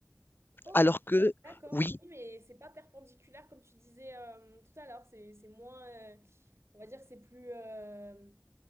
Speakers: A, on the right; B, on the left.
A: Oh,
B: Alors que
A: d'accord.
B: oui,
A: Oui, mais c'est pas perpendiculaire comme tu disais euh, tout à l'heure. C'est c'est moins. euh, on va dire c'est plus. euh,